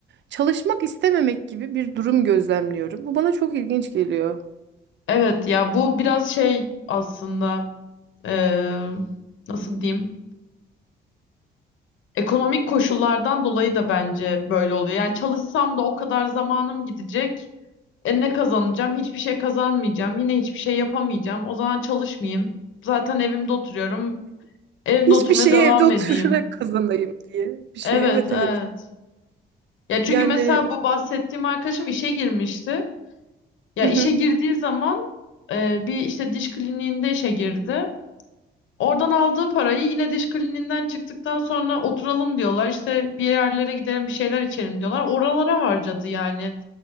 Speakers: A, on the right; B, on the left.
A: çalışmak istememek gibi bir durum gözlemliyorum. Bu bana çok ilginç geliyor.
B: Evet ya bu biraz şey aslında eee, nasıl diyeyim? Ekonomik koşullardan dolayı da bence böyle oluyor. Yani çalışsam da o kadar zamanım gidecek. E ne kazanacağım? Hiçbir şey kazanmayacağım. Yine hiçbir şey yapamayacağım. O zaman çalışmayayım. Zaten evimde oturuyorum. Evimde
A: Hiçbir
B: oturmaya
A: şeyi
B: devam
A: evde oturarak
B: edeyim.
A: kazanayım diye bir şey.
B: Evet,
A: Evet
B: evet.
A: evet.
B: Ya çünkü
A: Yani
B: mesela bu bahsettiğim arkadaşım işe girmişti. Ya
A: hı
B: işe
A: hı.
B: girdiği zaman e, bir işte diş kliniğinde işe girdi. Oradan aldığı parayı yine diş kliniğinden çıktıktan sonra oturalım diyorlar. İşte bir yerlere gidelim bir şeyler içelim diyorlar. Oralara harcadı yani.